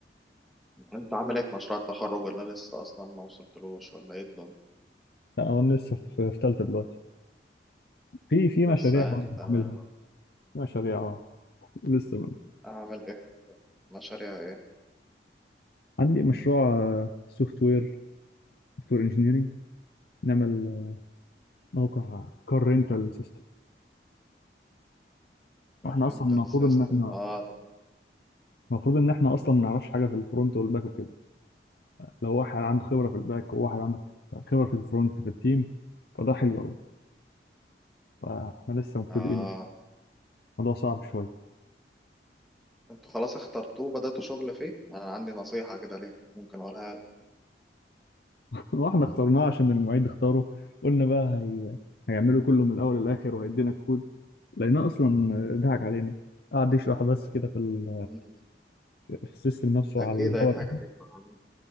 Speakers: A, in the centre; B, on the left.
A: انت عامل ايه في مشروع التخرج ولا لسه اصلا ما وصلتلوش ولا ايه الدنيا؟
B: لا هو أنا لسه في في تالتة دلوقتي في في
A: لسه
B: مشاريع برضه
A: يعني تمام
B: بعملها في مشاريع أه لسه بعمل.
A: اعمل ايه مشاريع ايه
B: عندي مشروع سوفت وير سوفت وير انجينيرنج نعمل آه، موقع كار رينتال سيستم واحنا
A: الرينتال
B: اصلا المفروض
A: سيستم
B: ان احنا
A: اه ده-
B: المفروض ان احنا اصلا ما نعرفش حاجه في الفرونت والباك وكده لو واحد عنده خبره في الباك وواحد عنده خبره في الفرونت في التيم فده حلو قوي فاحنا لسه مبتدئين
A: اه
B: وكده الموضوع صعب شويه
A: انتوا خلاص اخترتوه بدأتوا شغل فيه انا عندي نصيحة كده ليك ممكن اقولها لك
B: <laughs> واحنا اخترناه عشان المعيد اختاره قلنا بقى هي... هيعمله كله من الاول للاخر وهيدينا الكود لقيناه اصلا ضحك علينا قعد يشرح بس كده في, ال...
A: مم.
B: في السيستم نفسه
A: اكيد
B: على الهوا
A: هيضحك
B: كده
A: عليك طبعاً.